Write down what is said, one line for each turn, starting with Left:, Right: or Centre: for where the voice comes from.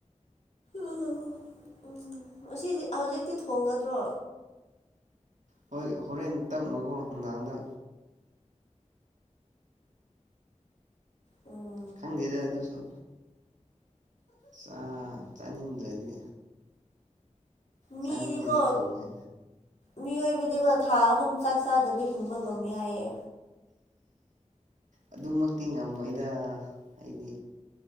Left: ꯎ ꯎꯝ ꯉꯥꯁꯤꯗꯤ ꯍꯧꯖꯤꯛꯇꯤ ꯊꯣꯡꯒꯗ꯭ꯔꯣ
Right: ꯍꯣꯏ ꯍꯣꯔꯦꯟ ꯇꯞꯅꯨꯀꯣ ꯅꯨꯡꯗꯥꯡꯗ
Left: ꯑꯣ
Right: ꯈꯪꯗꯦꯗ ꯑꯗꯨꯁꯨ ꯆ ꯆꯥꯅꯤꯡꯗ꯭ꯔꯗꯤ
Left: ꯃꯤꯗꯤꯀꯣ
Right: ꯆꯥꯅꯤꯡꯉꯗꯤ ꯊꯣꯡꯉꯦ
Left: ꯃꯤꯑꯣꯏꯕꯗꯤꯀꯣ ꯊꯥ ꯑꯍꯨꯝ ꯆꯥꯛ ꯆꯥꯗꯕꯤ ꯍꯤꯡꯕ ꯉꯝꯃꯦ ꯍꯥꯏꯌꯦ
Right: ꯑꯗꯨꯃꯛꯇꯤ ꯉꯝꯃꯣꯏꯗ ꯍꯥꯏꯗꯤ